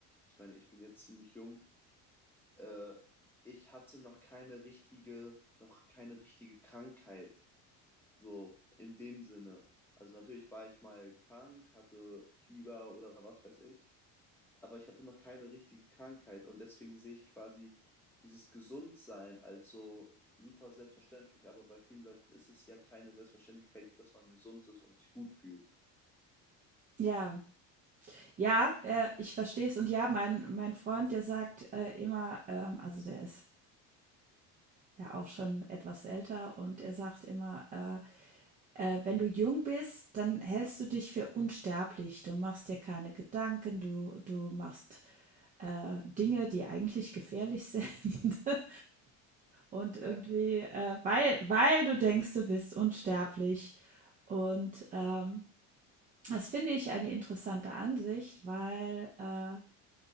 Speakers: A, in the centre; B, on the right.
A: ich meine, ich bin jetzt ziemlich jung, äh, ich hatte noch keine richtige, noch keine richtige Krankheit, so in dem Sinne. Also natürlich war ich mal krank, hatte Fieber oder was weiß ich, aber ich hatte noch keine richtige Krankheit und deswegen sehe ich quasi dieses Gesundsein als so super selbstverständlich, aber bei vielen Leuten ist es ja keine Selbstverständlichkeit, dass man gesund ist und sich gut fühlt.
B: ja. Ja, äh, ich verstehe es und ja, mein mein Freund, der sagt, äh, immer, ähm also, der ist ja auch schon etwas älter und er sagt immer, äh, äh, wenn du jung bist, dann hältst du dich für unsterblich. Du machst dir keine Gedanken, du, du machst äh, Dinge, die eigentlich gefährlich sind. <laughs> und irgendwie,
A: Ja.
B: äh, weil, weil du denkst, du bist unsterblich. Und ähm, das finde ich eine interessante Ansicht, weil äh,